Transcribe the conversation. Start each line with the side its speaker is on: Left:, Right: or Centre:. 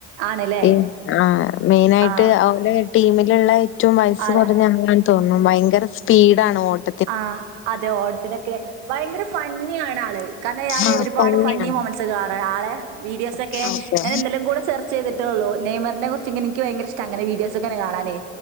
Right: ആണ്ല്ലേ
Left: എൻ ആഹ് മെയിനായിട്ട്
Right: ആഹ്
Left: ഔലെ ടീമില്ള്ളത് ഏറ്റവും വയസ്സ്
Right: ആളെ
Left: കൊറഞ്ഞ ആളാ തോന്നും ഭയങ്കര സ്പീഡാണ് ഓട്ട
Right: ആഹ് അതെ ഓട്ടത്തിനൊക്കെ ഭയങ്കര ഫണ്ണിയാണ് ആള്. കാരണം ഞാന്
Left: ആഹ്
Right: ഒരു പാട്
Left: തന്നെയാണ്
Right: ഫണ്ണി മൊമെന്റ്സ് കാണാറ് ആളെ വീഡിയോസൊക്കെ
Left: അതെ
Right: ഞാൻ ഇന്നലെയും കൂടെ സെർ ചെയ്തിട്ടേയുള്ളൂ നെയ്മറിനെക്കുറിച്ച് ഇങ്ങനെ എനിക്ക് ഭയങ്കര ഇഷ്ടാ അങ്ങനെ വീഡിയോസൊക്കെ അങ്ങനെ കാണാനേ